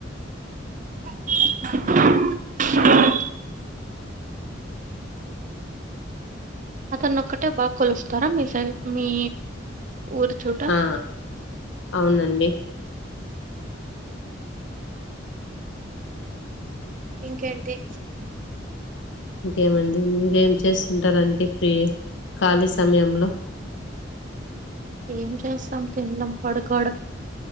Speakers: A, on the right; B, on the left.
A: <inaudible> అతను ఒక్కటే బాగా కొలుస్తారా మీ సై మీ ఊరు చూట
B: ఆ అవునండి
A: ఇంకేంటి
B: ఇంకేమండి మీరేం చేస్తుంటారంటే ఫ్రీ ఖాళీ సమయంలో
A: ఏం చేస్తాం తినడం పడుకోవడం